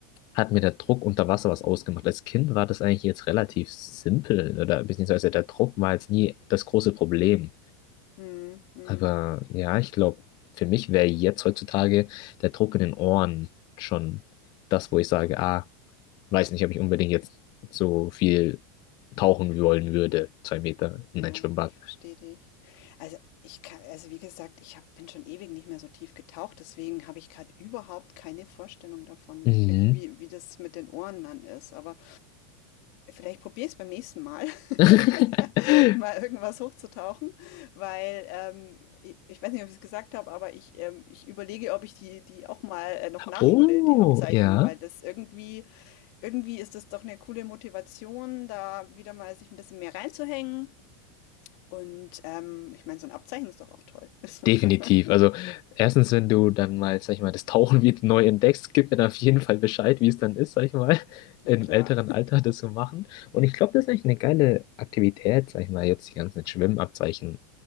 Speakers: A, on the left (about 45°); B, on the left (about 60°).
A: hat mir der Druck unter Wasser was ausgemacht. Als Kind war das eigentlich jetzt relativ simpel. Oder beziehungsweise der Druck war jetzt nie das große Problem.
B: Mhm. Mhm.
A: Aber ja, ich glaube, für mich wäre jetzt heutzutage der Druck in den Ohren schon das, wo ich sage, ah, weiß nicht, ob ich unbedingt jetzt so viel tauchen wollen würde. Zwei Meter in
B: Ja,
A: ein Schwimmbad.
B: ich verstehe dich. Also ich kann, also wie gesagt, ich hab, bin schon ewig nicht mehr so tief getaucht, deswegen habe ich gerade überhaupt keine Vorstellung davon,
A: Mhm.
B: wirklich, wie, wie das mit den Ohren dann ist. Aber vielleicht probiere ich es beim nächsten Mal,
A: <laughs>
B: <laughs> mal irgendwas hochzutauchen, weil ähm, ich, ich weiß nicht, ob ich es gesagt habe, aber ich, ähm, ich überlege, ob ich die, die auch mal äh, noch nachhole,
A: Oh,
B: die Abzeichen,
A: ja,
B: weil das irgendwie, irgendwie ist das doch eine coole Motivation, da wieder mal sich ein bisschen mehr reinzuhängen. Und ähm, ich meine, so ein Abzeichen ist doch auch toll. <laughs>
A: definitiv. Also erstens, wenn du dann mal, sag ich mal, das Tauchen wieder neu entdeckst, gib mir dann auf jeden Fall Bescheid, wie es dann ist, sag ich mal, <laughs> im
B: na klar.
A: älteren Alter das zu machen. Und ich glaube, das ist eigentlich eine geile Aktivität, sag ich mal, jetzt die ganzen Schwimmabzeichen